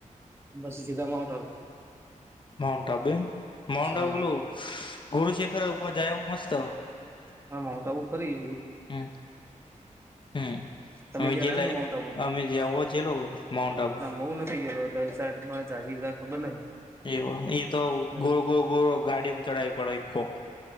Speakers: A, on the right (about 20°); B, on the left (about 35°).
A: બસી સીધા માઉન્ટબુ.
B: માઉન્ટ આબુ એમ માઉન્ટ
A: હા
B: આબુલો ગુરુ શેખર ઉપર જાયવું મસ્ત.
A: હા માઉન્ટ આબુ ફરી
B: હમ હમ
A: તમે
B: અમે
A: જેલા
B: ગેલા
A: એમ ને માઉન્ટ આબુ?
B: અમે જે ઓજ જેલો માઉન્ટ આબુ.
A: મહુ નથી ગેલો તો એ સાત માં ઝાજીદા ખબર નહિ.
B: એવ એ તો
A: હમ
B: ગોળ ગોળ ગોળ ગાડીમ ચડાવી પડે ઈકો.